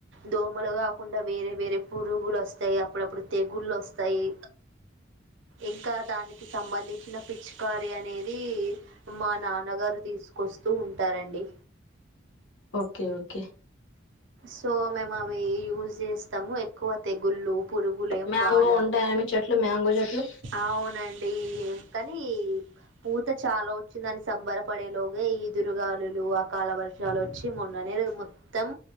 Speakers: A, on the right (about 85°); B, on the left (about 85°).
A: దోమలు కాకుండా వేరే వేరే పురుగులు వస్తాయి అప్పుడప్పుడు తెగుళ్లు వస్తాయి ఇంకా దానీకి సంబంధించిన పిచ్చికారి అనేది మా నాన్నగారు తీసుకొస్తూ ఉంటారండి
B: ఓకే ఓకే
A: సో మేము అవి యూస్ చేస్తాము ఎక్కువ తెగుళ్ళు పురుగులయం
B: మ్యాంగో
A: బాలవు
B: ఉంటాయని చెట్లు మ్యాంగో చెట్లు
A: అవునండి అ కాని పూత చాలా వ వచ్చి దాని సంబరపడేలోగ ఈ దురుగాలులు ఆ కాలవర్షాలు వచ్చి మొన్ననే మొత్తం